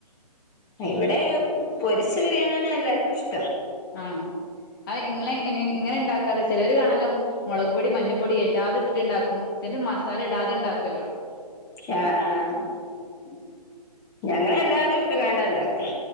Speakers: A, on the left; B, on the left.
A: ഇവിടെ പൊരിച്ച ബിരിയാണിയാണ് എല്ലാർക്കും ഇഷ്
B: ആ അത് ഇങ്ങെളെ എങ്ങ ങ്ങനെണ്ടാ ക്കാറ് ചിലവര് കാണാലോ മുളക്പൊടി മഞ്ഞപ്പൊടി എല്ലാതും ഇട്ടിട്ട്ണ്ടാക്കും ചില മസാല ഇടാതെ ണ്ടാക്കോല്ലോ
A: ആ ആ
B: ഉം
A: ഞങ്ങളെല്ലാരെയും ഇട്ടും കാണ്ടാ ഇണ്ടാക്ക